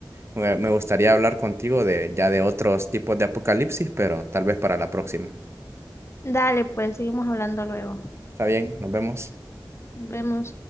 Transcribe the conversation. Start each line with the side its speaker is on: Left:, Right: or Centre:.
Right: me me gustaría hablar contigo de ya de otros tipos de apocalipsis, pero tal vez para la próxima.
Left: Dale, pues seguimos hablando luego.
Right: Está bien, nos vemos.
Left: Nos vemos.